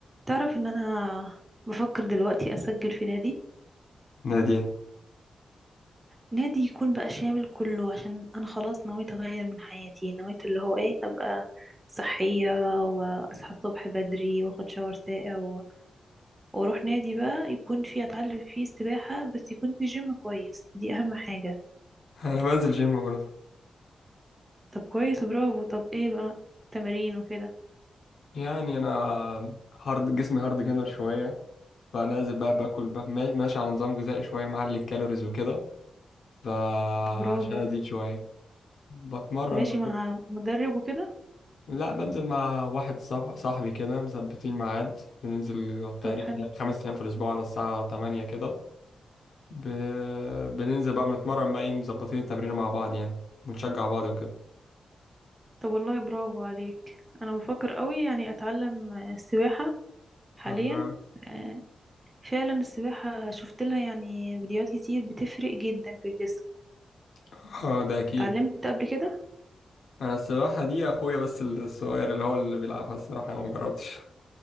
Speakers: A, on the right; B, on the left.
A: تعرف ان انا بفكر دلوقتي اسجل في نادي
B: نادي
A: نادي يكون بقى شامل كله عشان انا خلاص نويت اغير من حياتي نويت اللي هو ايه ابقى صحية واصحى الصبح بدري واخد شاور ساقع و- واروح نادي بقى يكون فيه اتعلم فيه السباحة بس يكون فيه جيم كويس دي اهم حاجة
B: انا بنزل جيم برضه
A: طب كويس برافو طب ايه بقى تمارين وكده
B: يعني انا هارد جسمي هارد جينر شويه فنازل بقى باكل بقى ما- ماشي على نظام غذائي شويه معلي الكالوريز وكده فعشان
A: طب برافو
B: ازيد شويه بتمرن
A: ماشي
B: بقى
A: مع مدرب وكده
B: لا بنزل مع واحد صاحب- صاحبي كده مثبتين ميعاد بننزل
A: طب
B: تقريبا
A: حلو
B: يعني خمس ايام في الاسبوع على الساعه 8 كده ب... بننزل بقى بنتمرن بقى ايه مظبطين التمرين مع بعض يعني بنشجع بعض وكده
A: طب والله برافو عليك انا بفكر قوي يعني اتعلم السباحة حاليا
B: أها.
A: آه، فعلا السباحة شفت لها يعني فيديوهات كتير بتفرق جدا في الجسم
B: اه ده اكيد
A: اتعلمت قبل كده
B: انا السباحه دي اخويا بس الصغير اللي هو اللي بيلعبها الصراحه انا ما جربتش